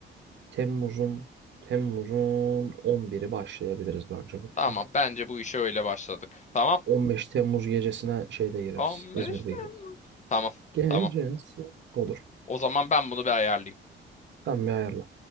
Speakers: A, on the right (about 65°); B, on the left (about 35°).
A: Temmuz'un Temmuz'un on biri başlayabiliriz bence bu plana.
B: Tamam bence bu işe öyle başladık. Tamam.
A: 15 Temmuz gecesine şeyde gireriz.
B: 15
A: İzmir'de
B: Temmuz.
A: gireriz.
B: Tamam
A: Gecesi
B: tamam.
A: olur.
B: O zaman ben bunu bir ayarlayayım.
A: Tam bir ayarla.